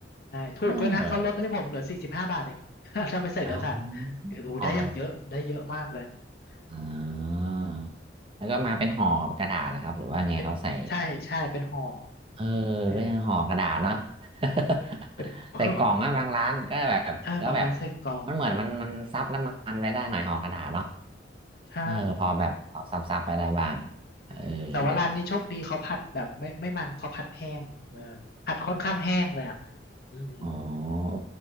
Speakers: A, on the left (about 55°); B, on the right (about 30°).
A: ใช่ถูกแล้วยนะเขาลดให้ผมเหลือสี่สิบห้าบาทเอง
B: เออ
A: <laughs> ถ้าไม่ใส่เนื้อสัตว์เออโอ้ได้อย่างเยอะได้เยอะมากเลย
B: เอาอ๋อเอออ่า
A: อืม
B: แล้วก็มาเป็นห่อกระดาษนะครับหรือว่าไงเขาใส่
A: เป็นใช่ใช่เป็นห่อ
B: เออ
A: เออ
B: ก็ยังห่อกระดาษเนาะ <laughs>
A: เป็นห่อ
B: ใส่กล่องนะบางร้านก็แบบก็แบบ
A: เออบางร้านใส่กล่อง
B: มันเหมือนมันมันซับน้ำมันไปได้หน่อยห่อกระดาษเนาะ
A: ใช่
B: เออพอแบบพอซับซับไปได้บ้าง
A: อืมแต่ว่าร้านนี้โชคดีเขาผัดแบบไม่ไม่มันเขาผัดแห้งเออผัดค่อนข้างแห้งเลยอ่ะ
B: เออ
A: อืม
B: อ๋อเอ